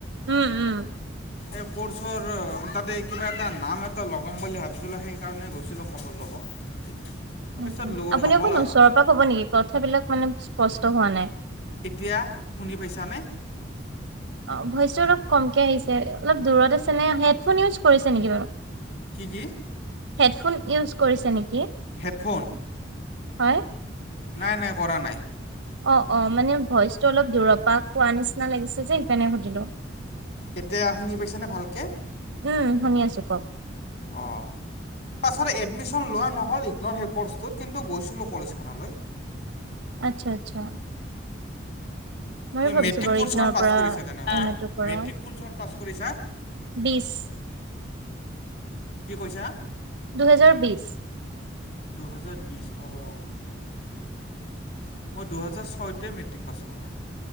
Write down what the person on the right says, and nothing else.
উম উম
উম উম
আপুনি
অকন ওচৰৰ
পৰা কব নেকি কথাবিলাক মানে স্পষ্ট হোৱা নাই।
অঁ ভইচো অলপ কমকে আহিছে অলপ দূৰত আছে নে হেডফোন ইউজ কৰিছে নেকি বাৰু?
হেডফোন ইউজ কৰিছে নেকি?
হয়
অ অ মানে ভইচ টো অলপ দূৰৱ পা কোৱা নিচিনা লাগিছে। যে সেইকাৰণে সুধিলো।
উম, শুনি আছো কওক।
আচ্ছা আচ্ছা। ময়ো
ভাবিছো
বাৰু
ইগনৰ
পৰা
এম এ টোৰ পৰা
বিশ
দুহেজাৰ বিশ।